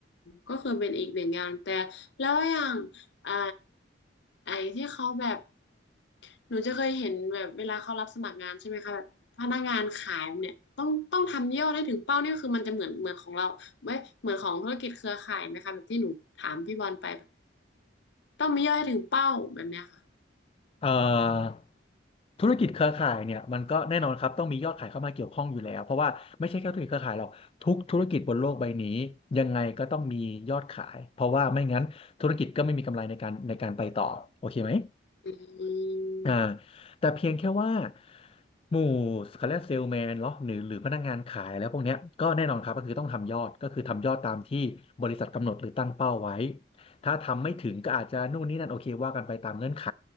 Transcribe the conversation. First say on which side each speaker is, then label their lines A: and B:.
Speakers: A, on the left; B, on the left.
A: ก็คือเป็นอีกหนึ่งงานแต่แล้วอย่างอ่าไอ้ที่เขาแบบหนูจะเคยเห็นแบบเวลาเขารับสมัครงานใช่ไหมคะแบบพนักงานขายเนี่ยต้องต้องทำยอดให้ถึงเป้าเนี่ยคือมันจะเหมือนเหมือนของเราไว้ยเหมือนของธุรกิจเครือข่ายไหมคะแบบที่หนูถามพี่บอลไปแบบต้องมียอดให้ถึงเป้าแบบเนี้ยค่ะ
B: เอ่อธุรกิจเครือข่ายเนี่ยมันก็แน่นอนครับต้องมียอดขายเข้ามาเกี่ยวข้องอยู่แล้วเพราะว่าไม่ใช่แค่ธุรกิจเครือข่ายหรอกทุกธุรกิจบนโลกใบนี้ยังไงก็ต้องมียอดขายเพราะว่าไม่งั้นธุรกิจก็ไม่มีกำไรในการในการไปต่อโอเคไหม
A: อืม
B: อ่าแต่เพียงแค่ว่าหมู่เขาเรียกเซลแมนเนาะหรือหรือพนักงานขายแล้วพวกเนี้ยก็แน่นอนครับก็คือต้องทำยอดก็คือทำยอดตามที่บริษัทกำหนดหรือตั้งเป้าไว้ถ้าทำไม่ถึงก็อาจจะนู่นนี่นั่นโอเคว่ากันไปตามเงื่อนไข